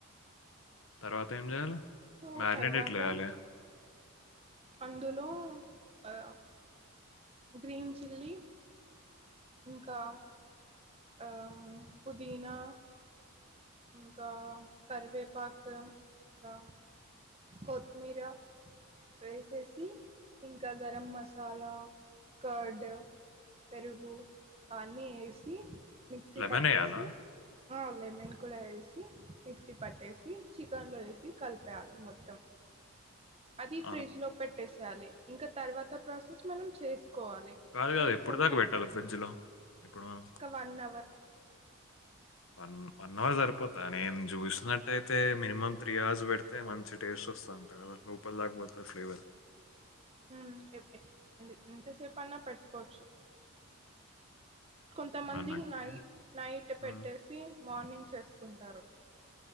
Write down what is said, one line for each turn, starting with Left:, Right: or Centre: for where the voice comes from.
Left: తర్వాత ఏం చేయాలి
Right: సో
Left: మ్యారినేట్
Right: తరువాత
Left: ఎట్లా వేయాలి
Right: అందులో ఆ గ్రీన్ చిల్లీ ఇకా ఆ పుదీనా ఇంకా కరివేపాక్ ఇంకా కొత్మీరా వేసేసి ఇంకా గరం మసాలా కర్డ్ పెరుగు అన్నీ వేసి మిక్సీ
Left: లెమన్
Right: పట్టేసి
Left: వేయాలా
Right: ఆ లెమన్ కూడా వేసి మిక్సీ పట్టేసి చికెన్ లో వేసి కలిపేయాలి మొత్తం అది ఫ్రిడ్జ్
Left: ఆ,
Right: లో పెట్టేసేయాలి ఇంకా తర్వాత ప్రాసెస్ మనం చేసి కోవాలి
Left: కాదు కాదు
Right: చేసుకుంటాం
Left: ఎప్పుడు దాకా పెట్టాలి ఫ్రిడ్జ్ లో ఇప్పుడు మనం
Right: ఒక one hour
Left: one one one hour సరిపోతా నేను చూసినట్ట్టయితే మినిమం త్రీ అవర్స్ పెడితే మంచి టేస్ట్ వస్త దంట్ కద ఉప్పల్ దాకా పోతుంది ఫ్లేవర్
Right: ఎ ఏప్ ఎంత ఎంత సేపూ పన్న పెట్టుకోవచ్చు. కొంతమంది
Left: మనకి
Right: నై నైట్ పెట్టేసి
Left: మ్మ్.
Right: మార్నింగ్ చేస్కుంటారు.